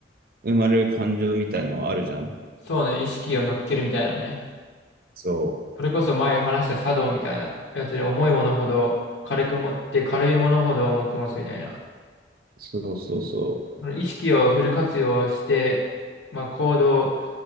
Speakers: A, on the right; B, on the left.
A: 生まれる感情みたいのはあるじゃん。
B: そうね、意識を乗っけるみたいなね。
A: そ
B: それこそ前話した茶道みたいなやつで重いものほど軽く持って軽いものほど重く持つみたいな。
A: う。そうそうそ
B: その意識をフル活用して、まあ、行動、